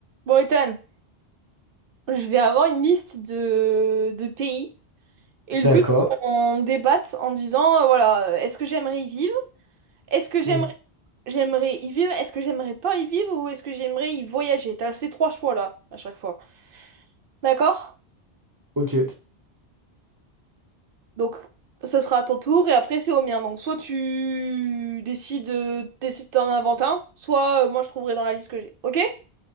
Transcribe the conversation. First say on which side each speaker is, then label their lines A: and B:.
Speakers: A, on the right; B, on the right.
A: Bon, Ethan, je vais avoir une liste de, de pays et le
B: D'accord.
A: but, c'est qu'on débatte en disant, euh, voilà, euh, est-ce que j'aimerais y vivre? Est-ce que j'aimerais
B: Mhm.
A: j'aimerais y vivre? Est-ce que j'aimerais pas y vivre ou est-ce que j'aimerais y voyager? T'as ces trois choix-là à chaque fois. D'accord?
B: Ok,
A: Donc, ça sera à ton tour et après, c'est au mien. Donc, soit tu décides, euh, décides d'en inventer un, soit euh, moi, je trouverai dans la liste que j'ai. Ok?